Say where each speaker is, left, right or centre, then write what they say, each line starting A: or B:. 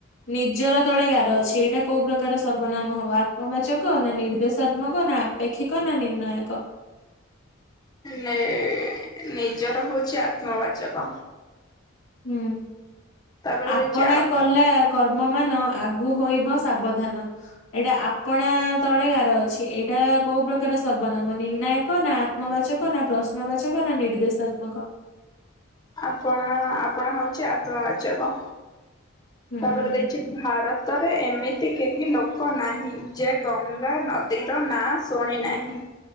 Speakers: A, on the left; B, on the left.
A: ନିଜର ତଳେ ଗାର ଅଛି ଏଇଟା କୋଉ ପ୍ରକାର ସର୍ବନାମ ହବ ଆତ୍ମବାଚକ ନା ନିର୍ଦ୍ଦେଶାତ୍ମକ ନା ପେକ୍ଷିକ ନା ନିର୍ଣ୍ଣାୟକ?
B: ନି ନିଜର ହଉଛି ଆତ୍ମବାଚକ।
A: ହୁଁ
B: ତାପରେ
A: ଆପଣା
B: ଦେଇଛି ଆ
A: କଲେ ଲା କର୍ମ ମାନ ଆଗୁ ହୋଇବ ସାବଧାନ। ଏଇଟା ଆପଣା ତଳେ ଗାର ଅଛି ଏଇଟା କୋଉ ପ୍ରକାର ସର୍ବନାମ ନିର୍ଣ୍ଣାୟକ ନା ଆତ୍ମବାଚକ ନା ପ୍ରଶ୍ନବାଚକ ନା ନିର୍ଦ୍ଦେଶାତ୍ମକ?
B: ଆପଣ ଆପଣ ହଉଛି ଆତ୍ମବାଚକ।
A: ହୁଁ।
B: କଡ଼ରେ ଦେଇଚି ଭାରତ ତରେ ଏମିତି କେହି ଲୋକ ନାହିଁ ଯେ ଗଙ୍ଗା ନଦୀର ନାଁ ଶୁଣି ନାହିଁ